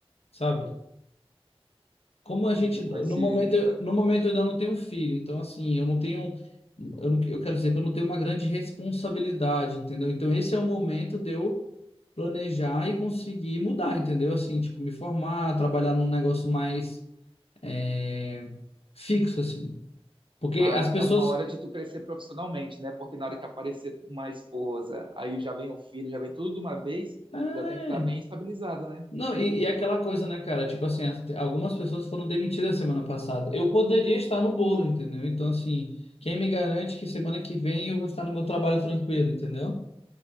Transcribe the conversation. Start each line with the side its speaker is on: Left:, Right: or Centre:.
Left: sabe? Como a gente,
Right: Entendi
Left: no
Right: com esse.
Left: momento,
Right: com a-
Left: no momento eu ainda não tenho filho, então assim, eu não tenho, eu, não, eu quero dizer que eu não tenho uma grande responsabilidade, entendeu? Então esse é o momento de eu planejar e conseguir mudar, entendeu? Assim, tipo, me formar, trabalhar num negócio mais é, fixo, assim. Porque
Right: a-
Left: as pessoas.
Right: É uma hora de tu crescer profissionalmente, né? Porque na hora que aparecer uma esposa, aí já vem o filho, já vem tudo de uma vez,
Left: É.
Right: já tem que estar bem estabilizado, né?
Left: Não, e, e aquela coisa, né, cara? Tipo assim, as- te- algumas pessoas foram demitidas semana passada. Eu poderia estar no bolo, entendeu? Então, assim, quem me garante que semana que vem eu vou estar no meu trabalho tranquilo, entendeu?